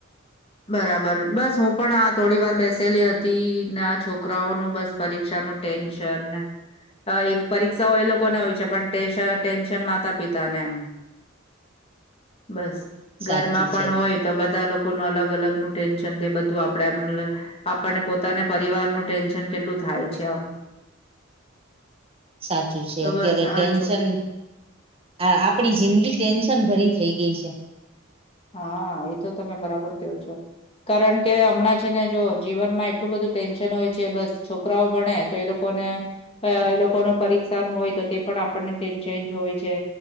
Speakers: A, on the left; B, on the right.
A: બરાબર બસ હું પણ આ થોડી વાર બેસેલી હતી ને આ છોકરાઓનું બસ. પરીક્ષા નું ટેન્શન એક પરીક્ષાઓ એ લોકોને હોય છે પણ. પ્રેશન ટેન્શન માતા પિતા ને એમ બસ.
B: સાચું
A: ઘરમાં પણ
B: છે
A: હોય તો બધા લોકોનું અલગ અલગ નું ટેન્શન તે બધું આપડે આમ. આપણને પોતાને પરિવારનું ટેન્શન કેટલું થાય છે આમ.
B: સાચું છે
A: તો
B: અત્યારે
A: બસ આ
B: ટેન્શન.
A: છો
B: હા આપણી જિંદગી ટેન્શન ભરી થઇ ગઈ છે.
A: હા એ તો તમે બરાબર કયો છો. કારણ કે હમણાં છે ને જો જીવનમાં એટલું બધું ટેન્શન હોય છે બસ છોકરાઓ ભણે તો એ લોકો. લોકો ને એ લોકો ને પરીક્ષા નું હોય તો તે પણ આપણને ટેન્શન જ હોય છે.